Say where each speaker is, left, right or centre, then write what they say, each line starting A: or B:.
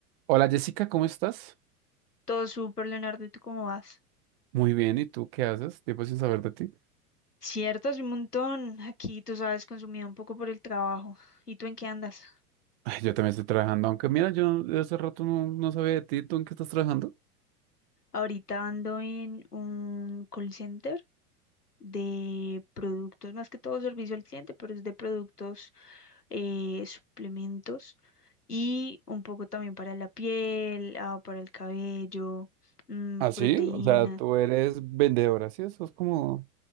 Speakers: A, on the right; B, on the left.
A: Hola Jessica, ¿cómo estás?
B: Todo súper, Leonardo, ¿y tú cómo vas?
A: Muy bien, ¿y tú qué haces? Tiempo sin saber de ti.
B: Cierto, hace un montón. Aquí, tú sabes, consumido un poco por el trabajo. ¿Y tú en qué andas?
A: Ay, yo también estoy trabajando, aunque mira, yo no- de hace rato no, no sabía de ti, ¿tú en qué estás trabajando?
B: Ahorita ando en un call center de productos, más que todo servicio al cliente, pero es de productos, eh, suplementos y un poco también para la piel, ah, para el cabello, mm,
A: Ah, sí,
B: proteína.
A: o sea, tú eres vendedora, ¿sí? Eso es como...